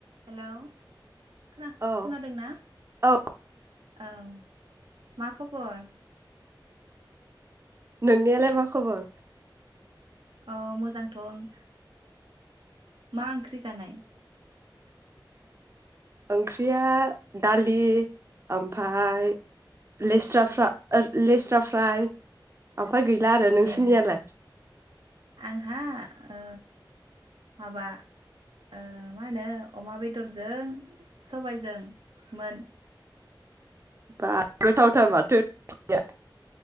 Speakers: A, on the right; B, on the right.
A: हेलौ खोना-खोनादोंना
B: औ औ
A: औ मा खबर
B: नोंनियालाय मा खबर
A: अ मोजांथ उम मा ओंख्रि जानाय
B: ओंख्रिया दालि ओमफाय लेस्रारा फा- लेस्रा फ्राय ओमफाय गैला आरो नोंसोरनियालाय
A: ए आंहा ओ माबा ओ मा होनो अमा बेदरजों सबायजों मोन।
B: बा गोथावथार माथो ओंख्रिया